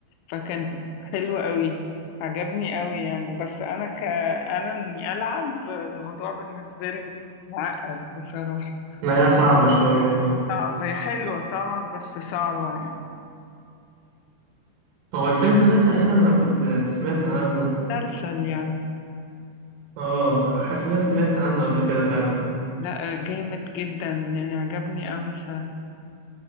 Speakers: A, on the left (about 85°); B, on the right (about 80°).
A: فكان حلو قوي عجبني قوي يعني بس انا ك انا اني العب الموضوع بالنسبه لي معقد بصراحه
B: ما هي صعبة شوية اه
A: صعبه هي حلوه طبعا بس صعبه يعني
B: هو الفيلم ده تقريبا انا كنت سمعت عنه
A: مسلسل يعني
B: اه حاسس ان أنا سمعت عنه قبل كده فعلا
A: لا جامد جدا يعني عجبني قوي فعلا